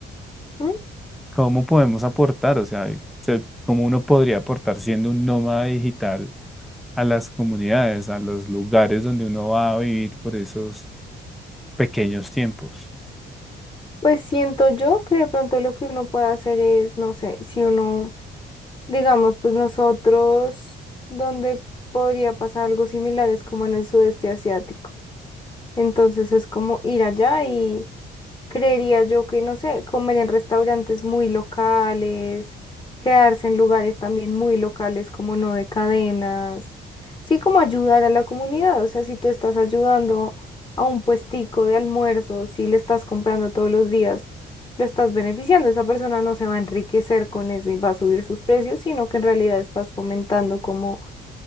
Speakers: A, on the left (about 25°); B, in the centre.
A: mm.
B: ¿Cómo podemos aportar? O sea, se- ¿cómo uno podría aportar siendo un nómada digital a las comunidades, a los lugares donde uno va a vivir por esos pequeños tiempos?
A: Pues siento yo que de pronto lo que uno puede hacer es, no sé, si uno Digamos, pues nosotros, donde podría pasar algo similar es como en el sudeste asiático. Entonces es como ir allá Creería yo que, no sé, comer en restaurantes muy locales, quedarse en lugares también muy locales como no de cadenas. Sí, como ayudar a la comunidad. O sea, si tú estás ayudando a un puestico de almuerzo, si le estás comprando todos los días, lo estás beneficiando. Esa persona no se va a enriquecer con eso y va a subir sus precios, sino que en realidad estás fomentando como,